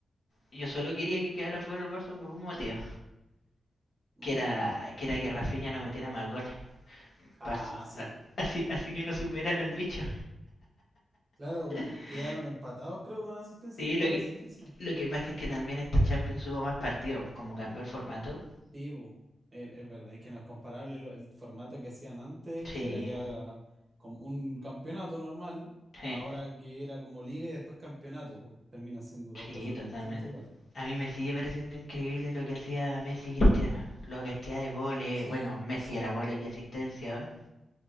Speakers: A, on the left (about 55°); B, on the right (about 30°).
A: yo solo quería que quedara fuera el Barça por un motivo,
B: Ujú.
A: que era que era que Rafinha no metiera más goles,
B: Ah,
A: pas-
B: sí.
A: a- así así que no superara al bicho.
B: Claro,
A: <laughs>
B: quedaron empatados, creo, con asistencia,
A: Sí,
B: gol
A: lo que
B: de asistencia.
A: lo que pasa es que también esta Champions hubo más partidos, como cambió el formato.
B: Sí, po. Eh, Es, verdad, es que no es comparable lo- el formato que hacían antes,
A: Sí,
B: que era ya como un campeonato normal,
A: sí,
B: ahora que era como liga y después campeonato, pues termina siendo dos
A: sí,
B: cosas
A: totalmente.
B: distintas igual.
A: A mí me sigue pareciendo increíble lo que hacía Messi y Cristiano, la cantidad de goles,
B: Sí,
A: bueno, Messi
B: sí.
A: era goles y asistencia, ¿va?